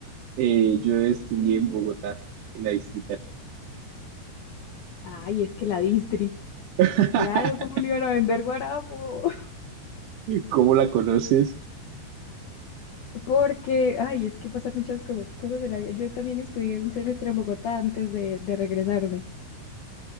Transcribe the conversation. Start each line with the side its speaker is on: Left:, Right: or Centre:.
Right: Eh, yo estudié en Bogotá, en la distrital.
Left: Ay, es que la distri.
Right: <laughs>
Left: Claro, ¿cómo no iban a vender guarapo? <laughs>
Right: ¿Cómo la conoces?
Left: Porque, ay, es que pasan muchas cosas, cosas de la vida. Yo también estudié un semestre en Bogotá antes de, de regresarme.